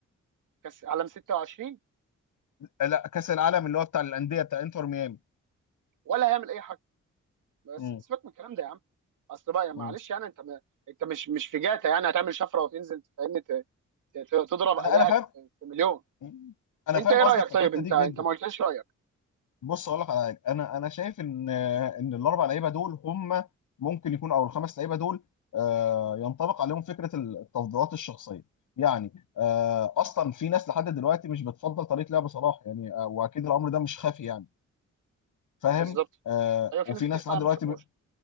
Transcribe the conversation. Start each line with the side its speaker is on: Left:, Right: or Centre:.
Right: كاس عالم 26
Left: لا كأس العالم اللي هو بتاع الأندية بتاع انتر ميامي
Right: ولا هيعمل اي حاجه بس
Left: مم.
Right: سيبك من الكلام ده يا عم اصل بقى يعني
Left: مم.
Right: معلش يعني انت م... انت مش مش في جاتا يعني هتعمل شفره وتنزل فاهمني ت... ت... تضرب
Left: انا
Right: ادائك
Left: انا فاهم
Right: في في مليون
Left: مم. انا
Right: انت
Left: فاهم
Right: ايه
Left: قصدك
Right: رايك
Left: في
Right: طيب
Left: الحته
Right: انت
Left: دي جدا
Right: انت ما قلتليش رايك
Left: بص اقول لك على حاجه انا انا شايف ان ان الاربع لعيبه دول هم ممكن يكون او الخمس لعيبه دول آه، ينطبق عليهم فكره التفضيلات الشخصيه يعني آه، اصلا في ناس لحد دلوقتي مش بتفضل طريقه لعب صلاح يعني آه، واكيد الامر ده مش خافي يعني فاهم
Right: بالظبط
Left: آه،
Right: ايوه
Left: وفي
Right: في ناس كتير
Left: ناس
Right: فعلا
Left: لحد دلوقتي
Right: ما بتحبوش